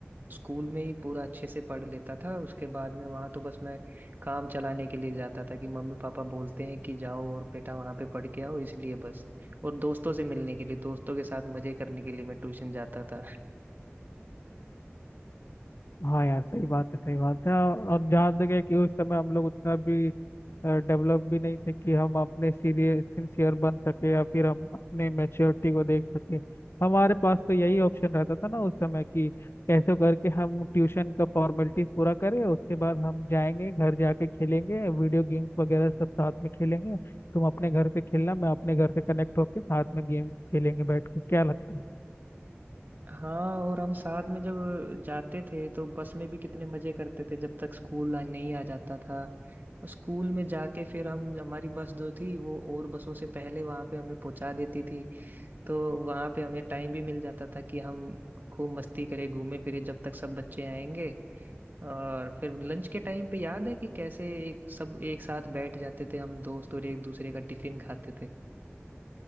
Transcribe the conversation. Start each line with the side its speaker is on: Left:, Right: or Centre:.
Right: स्कूल में ही पूरा अच्छे से पढ़ लेता था उसके बाद में वहां तो बस मैं काम चलाने के लिए जाता था कि मम्मी पापा बोलते हैं कि जाओ और बेटा वहां पे पढ़ के आओ इसलिए बस और दोस्तों से मिलने के लिए दोस्तों के साथ मजे करने के लिए मैं ट्यूशन जाता था
Left: हाँ यार सही बात है सही बात है और और जहाँ तक है कि उस समय हम लोग उतना भी डेवलप भी नहीं थे कि हम अपने सीरियस सिंसियर बन सके या फिर हम अपने मैच्योरिटी को देख सके हमारे पास तो यही ऑप्शन रहता था ना उस समय कि कैसे करके हम ट्यूशन का फॉर्मेलिटीज पूरा करें उसके बाद हम जाएंगे घर जाके खेलेंगे वीडियो गेम्स वगैरह सब साथ में खेलेंगे तुम अपने घर से खेलना मैं अपने घर से कनेक्ट होके साथ में गेम खेलेंगे बैठ के क्या लगता है
Right: हाँ और हम साथ में जब जाते थे तो बस में भी कितने मजे करते थे जब तक स्कूल आ- नहीं आ जाता था और स्कूल में जाके फिर हम हमारी बस जो थी वो और बसों से पहले वहां पे हमें पहुंचा देती थी तो वहां पे हमें टाइम भी मिल जाता था कि हम खूब मस्ती करें घूमे फिरे जब तक सब बच्चे आएंगे और फिर लंच के टाइम पे याद है कि कैसे एक, सब एक साथ बैठ जाते थे हम दोस्त और एक दूसरे का टिफिन खाते थे